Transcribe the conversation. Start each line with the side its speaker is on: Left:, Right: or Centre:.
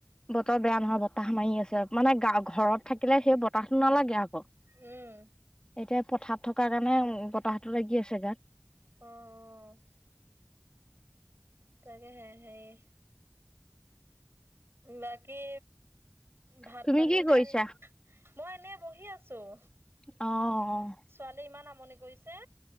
Left: বতৰ বেয়া নহয়, বতাহ মাৰি আছে। মানে গা ঘৰত থাকিলে সেই বতাহটো নালাগে আকৌ।
Right: উম।
Left: এতিয়া পথাৰত থকাৰ কাৰণে বতাহটো লাগি আছে গাত।
Right: অ'। তাকেহে হেৰি, বাকী ভাত
Left: তুমি
Right: পানী
Left: কি
Right: এতিয়া,
Left: কৰিছা
Right: মই এনে বহি আছোঁ।
Left: অ', অ'।
Right: ছোৱালীয়ে ইমান আমনি কৰিছে।